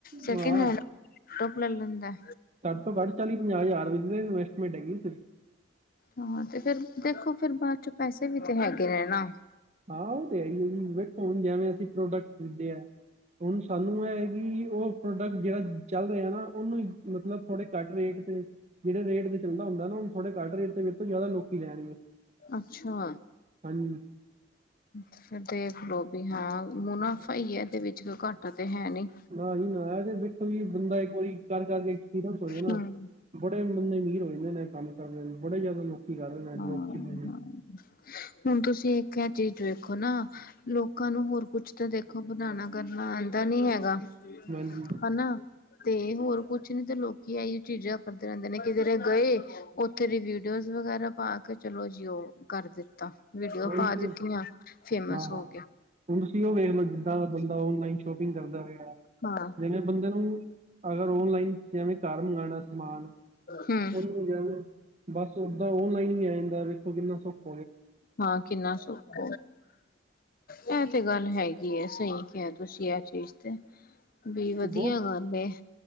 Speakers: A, on the left; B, on the right.
A: ਸੈਕਿੰਡ
B: ਹਾਂ
A: ਹੈਂਡ ਲੈਪਟੋਪ ਲੈ ਲੈਂਦਾ।
B: ਘੱਟ ਤੋਂ ਘੱਟ ਚਾਲੀ ਪੰਜਾਹ ਹਜ਼ਾਰ ਵਿੱਚ ਇਨਵੈਸਟਮੈਂਟ ਹੈਗੀ।
A: ਹਾਂ ਤੇ ਫੇਰ ਦੇਖੋ ਫਿਰ ਬਾਅਦ ਚੋਂ ਪੈਸੇ ਵੀ ਤੇ ਹੈਗੇ ਨੇ ਨਾ।
B: ਹਾਂ ਓਤੇ ਹੈਈ ਏ ਹੁਣ ਜਿਵੇਂ ਅਸੀਂ ਪ੍ਰੋਡਕਟ ਖਰੀਦੇਆ ਆ ਹੁਣ ਸਾਨੂੰ ਇਹ ਹੈਕੀ ਉਹ। ਪ੍ਰੋਡਕਟ ਜਿਹੜਾ ਚੱਲ ਰਿਹਾ ਨਾ ਉਹਨੂੰ ਮਤਲਬ ਥੋੜੇ ਘੱਟ ਰੇਟ ਤੇ ਜਿਹੜੇ ਰੇਟ ਤੇ ਚਲਦਾ ਹੁੰਦਾ ਨਾੁ ਥੋੜੇ ਘੱਟ ਰੇਟ ਤੇ ਵੇਚੋ ਜ਼ਿਆ ਲੋਕੀ ਲੈਣਗੇ।
A: ਅੱਛਾ
B: ਹਾਂਜੀ
A: ਫਿਰ ਦੇਖ ਲੋ ਵੀ ਹਾਂ ਮੁਨਾਫ਼ਾ ਹੀ ਹੈ ਇਹਦੇ ਵਿੱਚ ਘਾਟਾ ਤੇ ਹੈ ਨੀ।
B: ਨਾ ਜੀ ਨਾ ਇਹ ਤੇ ਵੇਖੋ ਜੀ ਬੰਦਾ ਇੱਕ ਵਾਰੀ ਕਰ ਕਰਕੇ ਐਕਪੀਰੀਅਂਸ ਹੋ ਜੇ ਨਾ।
A: ਹਮ
B: ਬੜੇ ਬੰਦੇ ਅਮੀਰ ਹੋ ਜਾਂਦੇ ਨੇ ਕੰਮ ਕਰਦੇ ਬੜੇ ਜ਼ਿਆਦਾ ਲੋਕੀ ਕਰ ਰਹੇ ਨੇ
A: ਹਾਂ
B: ਡਰੋਪ ਚ ਨੇ।
A: ਹਾਂ ਹੁਣ ਤੁਸੀਂ ਇੱਕ ਇਹ ਚੀਜ਼ ਵੇਖੋ ਨਾ। ਲੋਕਾਂ ਨੂੰ ਹੋਰ ਕੁਛ ਤਾਂ ਦੇਖੋ ਬਣਾਉਣਾ ਕਰਨਾ ਆਉਂਦਾ ਨੀ ਹੈਗਾ।
B: ਹਾਂਜੀ
A: ਹੈਨਾ ਤੇ ਹੋਰ ਕੁਛ ਨੀ ਤੇ ਲੋਕੀ ਆਹੀ ਚੀਜ਼ਾਂ ਕਰਦੇ ਰਹਿੰਦੇ ਨੇ ਕਿਧਰੇ ਗਏ। ਓਥੇ ਦੀ ਵੀਡੀਓਜ਼ ਵਗੈਰਾ ਪਾ ਕੇ ਚਲੋ ਜੀ ਓ ਕਰ ਦਿੱਤਾ। ਵੀਡੀਓ
B: ਉਹੀ
A: ਪਾ
B: ਤੇ
A: ਦਿੱਤੀਆਂ ਫੇਮਸ
B: ਹਾਂ ਹਾਂ
A: ਹੋ ਗਿਆ।
B: ਹੁਣ ਤੁਸੀਂ ਉਹ ਵੇਖ ਲੋ ਜਿੱਦਾਂ ਬੰਦਾ ਓਨਲਾਈਨ ਸ਼ੋਪਿੰਗ ਕਰਦਾ ਰਿਹਾ।
A: ਹਾਂ
B: ਜਿਵੇੇ ਬੰਦੇ ਨੂੰ ਅਗਰ ਓਨਲਾਈਨ ਜਿਵੇਂ ਘਰ ਮੰਗਵਾਉਣਾ ਸਮਾਨ।
A: ਹੂੰ
B: ਉਹਨੂੰ ਜਾ ਬਸ ਓਦਾਂ ਓਨਲਾਈਨ ਹੀ ਆ ਜਾਂਦਾ ਵੇਖੋ ਕਿੰਨਾ ਸੌਖਾ
A: ਹਾਂ ਕਿੰਨਾ ਸੁੱਖ ਇਹ ਤੇ ਗੱਲ ਹੈਗੀ ਆ ਸਹੀ ਕਿਹਾ ਤੁਸੀਂ ਇਹ ਚੀਜ਼ ਤੇ ਵੀ ਵਧੀਆ
B: ਬਹੁਤ
A: ਗੱਲ ਏ।